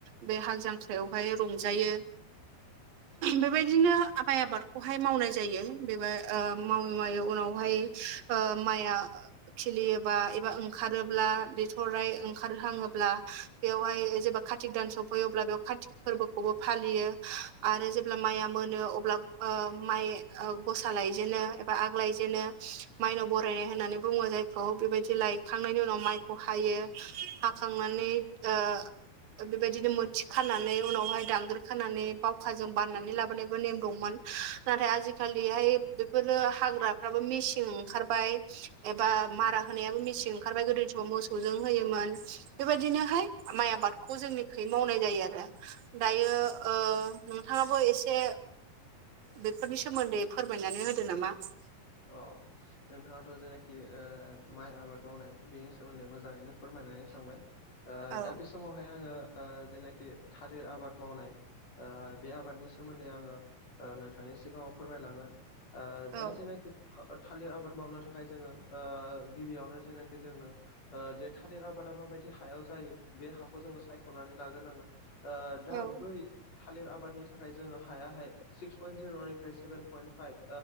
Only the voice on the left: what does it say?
अ नोंथाङाथ' जेनाखि माइ आबाद मावनाय बेनि सोमोन्दै मोजाङैनो फोरमायनानै थांबाय।
दा बे समावहाय आङो जेनाखि थालिर आबाद मावनाय बे आबादनि सोमोन्दै आङो नोंथांनि सिगाङाव फोरमायलांगोन
दा जेनाखि थालिर आबाद मावनो थाखाय जोङो गिबियावनो जेनाखि जोंनो जे थालिर आबादा माबायदि हायाव जायो बे हाखौ जोङो सायख'नानै लाग्रोनांगोन। दा
बै थालिर आबादनि थाखाय जोङो हायाहाय सिक्स पइन्ट जिर'निफ्राय सेभेन पइन्ट फाइभ